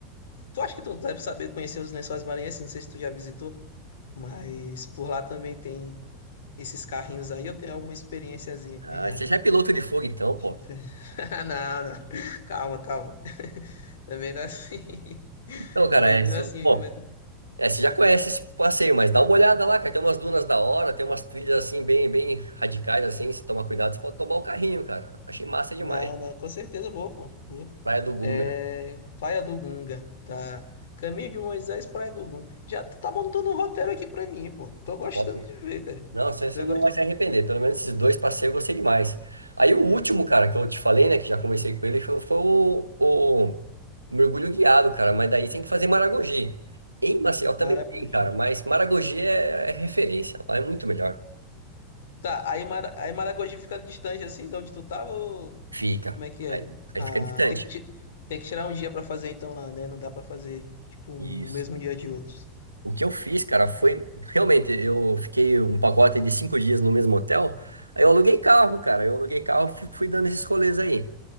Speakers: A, on the left (about 65°); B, on the right (about 80°).
A: Tu acha que tu deve saber conhecer os Lençóis Maranhenses? Não sei se tu já visitou, mas por lá também tem esses carrinhos aí. Eu tenho alguma experiênciazinha
B: Ah,
A: já
B: você
A: de.
B: já é piloto de fogo então,
A: de...
B: pô.
A: <laughs> Não, não. Calma, calma. Também não é assim. <laughs>
B: Então,
A: Também
B: cara, é isso.
A: não é assim.
B: Bom,
A: Mas...
B: é, você já conhece esse passeio, mas dá uma olhada lá, cara. Tem umas dunas da hora, tem umas trilhas assim, bem, bem radicais, assim. Se tomar cuidado, você pode tomar o carrinho, cara. Achei massa
A: Não,
B: demais.
A: não. Com certeza eu vou, pô. Vou.
B: Praia do Gunga.
A: É, Praia do Gunga, tá? Caminho de Moisés, Praia do Gunga. Já tu tá montando um roteiro aqui pra mim, pô. Tô gostando
B: top
A: de ver, cara.
B: Não, você você
A: Eu
B: não
A: gosto.
B: vai se arrepender. Pelo menos esses dois passeios eu gostei demais. Aí o último, cara, que eu te falei, né? Que já conversei com ele, foi, foi o, o mergulho guiado, cara. Mas daí tem que fazer Maragogi. Em Maceió também
A: Maragogi.
B: tem, cara. Mas Maragogi é, é referência. Lá é muito melhor.
A: Tá, aí, Mara... aí Maragogi fica distante assim, de onde tu tava, ou
B: Fica.
A: como é que é?
B: Aí, aí
A: Ah,
B: fica distante.
A: tem que, ti- tem que tirar um dia pra fazer então lá, né? Não dá pra fazer, tipo, um
B: Isso.
A: mesmo dia de outros.
B: O que eu fiz, cara, foi. Realmente, eu fiquei um pacote de cinco dias no mesmo hotel. Aí eu aluguei carro, cara. Eu aluguei carro e fui fui dando esses rolês aí.